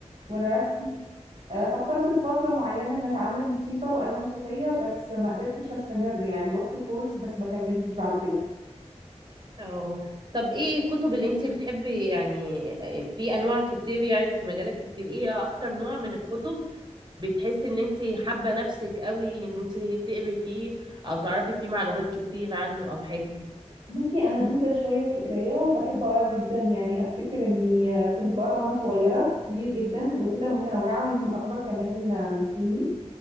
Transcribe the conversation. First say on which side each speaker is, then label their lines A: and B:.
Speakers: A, on the right; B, on the right.
A: والرسم آه فكرت في فترة معينة إن أتعلم موسيقى وآلة موسيقية بس ما قدرتش أستمر يعني رحت كورس بس ما كملتش بعد كده
B: اه طب ايه الكتب اللي انت بتحبي يعني في انواع كتير يعني في مجالات كتير ايه اكتر نوع من الكتب بتحسي ان انت حابة نفسك قوي ان انت تقري فيه او تعرفي فيه معلومات كتير عنه او حاجة
A: بصي أنا دودة شوية في القراية وبحب أقرأ جدا يعني أفتكر إني آه، كنت بقرأ وأنا صغيرة كتير جدا وكتب متنوعة ويمكن أكبر كمان آه، من سني